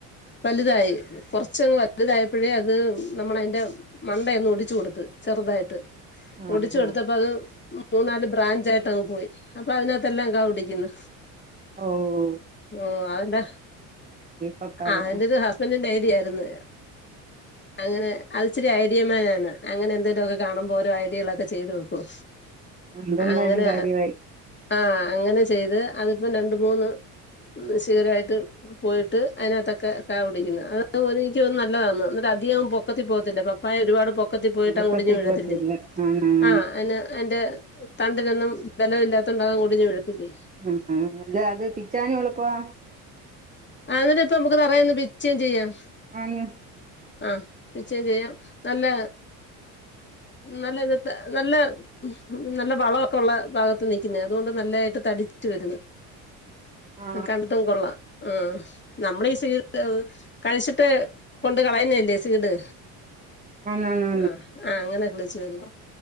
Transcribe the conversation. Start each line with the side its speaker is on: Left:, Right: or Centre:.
Left: വലുതായി കൊറച്ച് അങ്ങ് വലുതായപ്പഴേ അത് നമ്മള് അയിന്റെ മണ്ടയൊന്ന് ഒടിച്ച് കൊടുത്ത് ചെറുതായിട്ട്
Right: ആ
Left: ഒടിച്ച് കൊടുത്തപ്പ
Right: ആ
Left: അത് മൂന്നാല് ബ്രാഞ്ച് ആയിട്ട് അങ്ങ് പോയി അപ്പൊ അതിനാത്ത് എല്ലാം കാ പിടിക്കുന്ന്
Right: ഓഹ്
Left: ഓഹ് അവന്റെ
Right: പപ്പായയുടെ
Left: ആഹ് അവന്റെത് ഹസ്ബന്റിന്റെ ഐഡിയ ആയിരുന്നു അങ്ങനെ അത് ഇച്ചിരി ഐഡിയ മാനാണ് അങ്ങനെ എന്തേലും ഒക്കെ കാണുമ്പോ ഓരോ ഐഡിയകള് ഒക്കെ ചെയ്ത് വെക്കും
Right: അതെന്തായാലും
Left: അങ്ങനെ
Right: കാര്യമായി
Left: ആഹ് അങ്ങനെ ചെയ്ത് അത്പ്പം രണ്ട് മൂന്ന് ഉം ശ്ശൂരായിട്ടും പോയിട്ട് അയിനാത്തൊക്കെ കാ പിടിക്കുന്ന് അത് ഒര് ഇൻക്ക് തോന്ന് നല്ലതാന്ന് ഇന്ന്ട്ട് അധികം പൊക്കത്തി പോകത്തില്ലപ്പം പോയ ഒരുപാട് പൊക്കത്തി പോയിട്ട്
Right: ഒടുക്കത്തിൽ
Left: അങ്ങ് ഒടിഞ്ഞ് വീഴത്തില്ലേ
Right: പോകത്തില്ല ആണാണ്
Left: ആഹ് അയിന് അയിന്റെ തണ്ടിനൊന്നും ബലമില്ലാത്തോണ്ട് അതങ്ങു ഒടിഞ്ഞു വീഴത്തില്ലേ
Right: ഉം ഉം ടെ അത് പിച്ചാനും എളുപ്പാ
Left: അതിനുപ്പം നമുക്ക് തറെ നിന്ന് പിച്ചേം ചെയ്യാം
Right: ആന്ന്‌
Left: ആഹ് പിച്ചേം ചെയ്യാം നല്ല നല്ലെ ഇതിട്ട നല്ലെ ഉം നല്ല വളവൊക്കെ ഉള്ള ഭാഗത്ത് നിക്ക്ന്നെയാ അതുകൊണ്ട് നല്ലയായിട്ട് തടിച്ചു വരുന്നു
Right: ആ
Left: ഉം കണ്ടിട്ടും കൊള്ളാം ആഹ് നമ്മളെ ഈ സീഡ് കഴിച്ചിട്ട് കൊണ്ട് കളയുന്നെയല്ലേ സീഡ്
Right: ആന്നാന്ന്
Left: ആഹ് ആഹ് അങ്ങനെ കിളിച്ചു വരുന്നെ